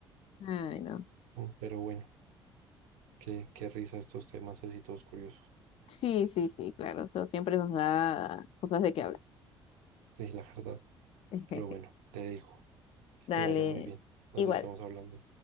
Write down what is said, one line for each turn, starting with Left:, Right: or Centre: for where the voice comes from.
Left: Ay, no.
Right: Mm, Pero bueno, qué, qué risa estos temas así todos curiosos.
Left: Sí, sí, sí, claro. Eso siempre nos da cosas de qué hablar.
Right: Sí, la verdad.
Left: <laughs>
Right: Pero bueno, te dejo. Que
Left: Dale,
Right: te vaya muy bien. Nos
Left: igual.
Right: estamos hablando.